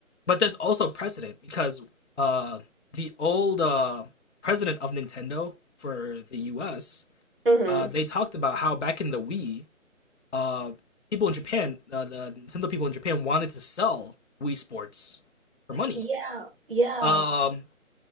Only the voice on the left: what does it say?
But there's also precedent because uh, the old uh, president of Nintendo for the U.S.
Uh, they talked about how back in the Wii, uh, people in Japan, uh, the Nintendo people in Japan wanted to sell Wii Sports for money.
Um,